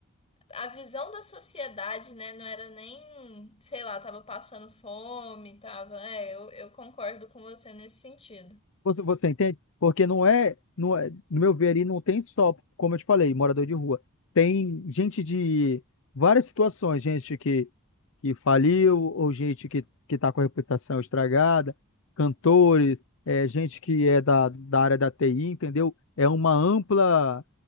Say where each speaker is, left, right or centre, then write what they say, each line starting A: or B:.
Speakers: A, on the left; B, on the left.
A: A visão da sociedade, né? Não era nem, sei lá, tava passando fome, tava. É, eu, eu concordo com você nesse sentido.
B: Você, você entende? Porque não é, não é, no meu ver ali, não tem só, como eu te falei, morador de rua. Tem gente de várias situações, gente que, que faliu, ou gente que, que tá com a reputação estragada, cantores, é, gente que é da, da área da TI, entendeu? É uma ampla,